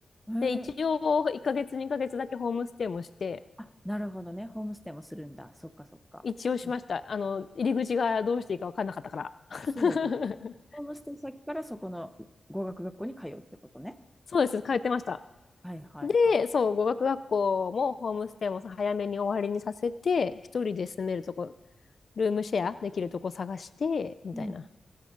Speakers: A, in the centre; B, on the left.
A: う。
B: で、一応、
A: へえ。
B: 1ヶ月、2ヶ月だけホームステイもして、
A: あ、なるほどね。ホームステイもするんだ。そっかそっか。
B: 一応しました。
A: うん
B: あの、入り口がどうしていいか分かんなかったから。<laughs>
A: そうだ。ホームステイ先からそこの語学学校に通うってことね。
B: そうです、通ってました。
A: はいはいは
B: で、そう、語学学校もホームステイも早めに終わりにさせて、一人で住めるとこ、ルームシェアできるとこ探して、みたいな。
A: い。うん